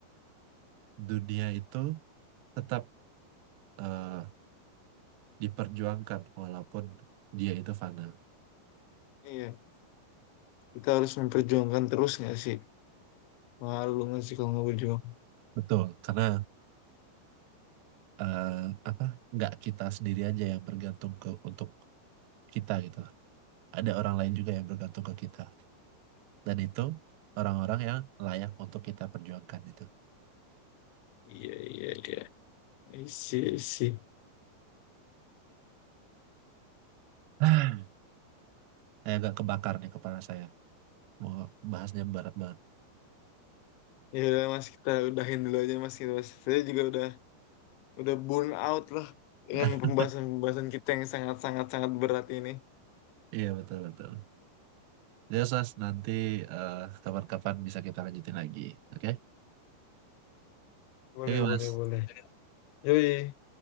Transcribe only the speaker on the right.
dunia itu tetap eh, diperjuangkan walaupun dia itu fana.
Betul, karena eh, apa nggak kita sendiri aja yang bergantung ke untuk kita gitu loh. Ada orang lain juga yang bergantung ke kita. Dan itu orang-orang yang layak untuk kita perjuangkan gitu.
<clears throat> Ah, Saya agak kebakar nih kepala saya. Mau bahasnya berat banget.
<laughs>
Iya betul betul. Jadi Mas nanti eh, kapan-kapan bisa kita lanjutin lagi. Oke?
Oke Mas.